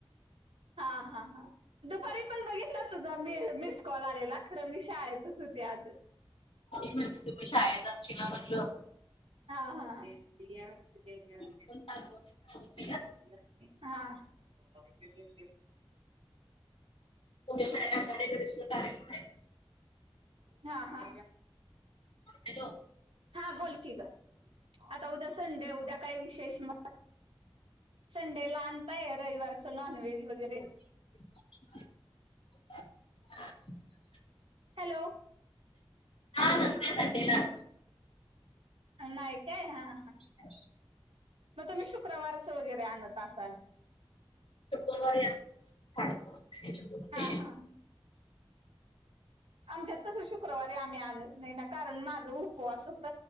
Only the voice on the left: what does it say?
म्हण तुम्ही शाळदचीला म्हणलं
पण सांगितलेलं
केशकडे सुारख आहे.
हॅलो
<inaudible>
हा नसतय सध्याला.
अ.
<inaudible>